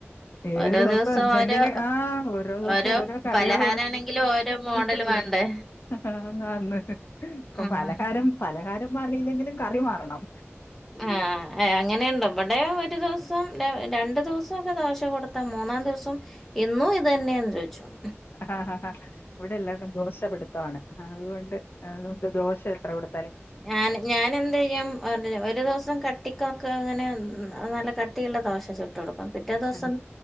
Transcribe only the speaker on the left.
ഏഴു
എന്തെങ്കിലും
ആഹ് ദിവസം
കറികൾ
ആന്ന് ആന്ന് ഇപ്പൊ
പലഹാരം പലഹാരം മാറിയില്ലെങ്കിലും കറി മാറണം <inaudible>
ആഹ് ഇവിടെല്ലാർക്കും ദോശ പിടുത്താണ് ആഹ് അതുകൊണ്ട് അതുകൊണ്ട് ദോശയെത്ര കൊടുത്താ
ആ